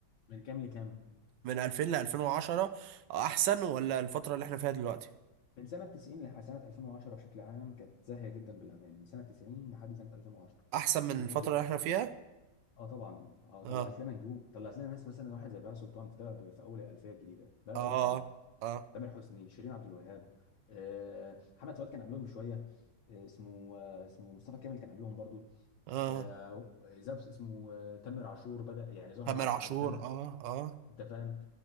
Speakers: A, on the left; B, on the right.
A: من كام لكام
B: من 2000 ل 2010 احسن ولا الفترة اللي احنا فيها دلوقتي
A: من سنه 90 لحد سنه 2010 بشكل عام كانت زاهيه جدا بالاغاني من سنه 90 لحد سنه 2010
B: احسن من
A: وخصوصا
B: الفترة اللي احنا فيها
A: اه طبعا اه طلعت
B: اه
A: لنا نجوم طلعت لنا ناس مثلا واحد زي بهاء سلطان في طلع في اول الالفيه الجديده بهاء
B: اه
A: سلطان
B: اه
A: تامر حسني شيرين عبد الوهاب آه محمد فؤاد كان قبلهم بشويه آه اسمه آه اسمه مصطفى كامل كان قبلهم برضو
B: اه
A: آه، زبس اسمه آه، تامر عاشور بدأ يعني ظهر
B: تامر
A: بعد
B: عاشور
A: بعد تامر
B: اه اه
A: انت فاهم